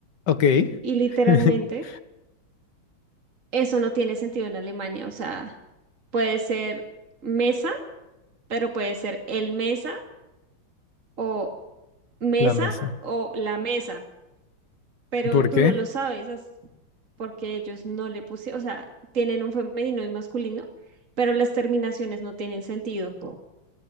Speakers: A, on the left (about 60°); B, on the right (about 40°).
A: Ok.
B: y literalmente
A: <laughs>
B: eso no tiene sentido en Alemania, o sea, puede ser mesa pero puede ser el mesa o mesa
A: La mesa.
B: o la mesa, pero
A: ¿Por
B: tú
A: qué?
B: no lo sabes as- porque ellos no le pusieron, o sea, tienen un femenino y masculino, pero las terminaciones no tienen sentido.